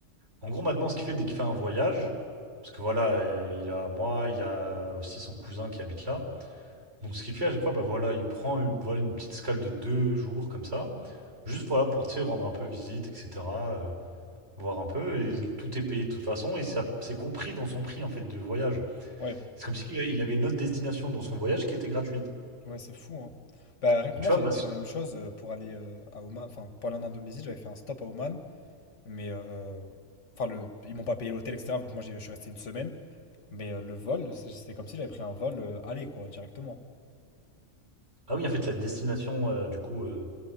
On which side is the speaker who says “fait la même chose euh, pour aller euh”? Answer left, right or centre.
Left